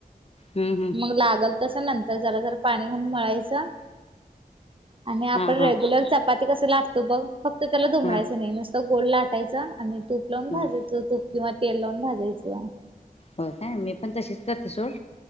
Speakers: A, on the left; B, on the right.
A: हम्म हम्म हम्म
B: मग लागल तस नंतर जरा जरा पाणी घालून मळायचं आणि आपण
A: हा हा
B: रेग्युलर चपाती कस लाटतो बघ फक्त त्याला धुमडायचं
A: हा
B: नाही नुसत गोल लाटायचा आणि तूप लावून
A: हा
B: भाजाचं तूप किंवा तेल लावून भाजायचं
A: हो काय मी पण तशीच करते सोड